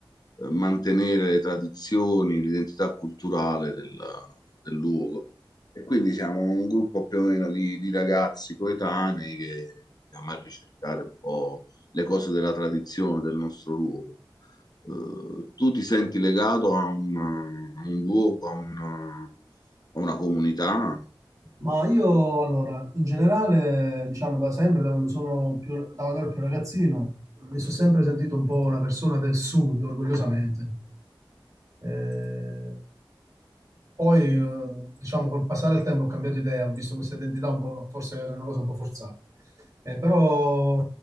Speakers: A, on the left; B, on the right.
A: eh, mantenere le tradizioni, l'identità culturale del, del luogo. E quindi siamo un gruppo più o meno di, di ragazzi coetanei che andiamo a ricercare un po' le cose della tradizione del nostro luogo. Eh, tu ti senti legato a un, a un luogo, a una a una comunità?
B: Ma io allora, in generale, diciamo da sempre, da quando sono più, da quando ero più ragazzino, mi sono sempre sentito un po' una persona del sud, orgogliosamente. Eh, poi, eh, diciamo, col passare del tempo ho cambiato idea, ho visto questa identità un po', forse era una cosa un po' forzata. Eh, però,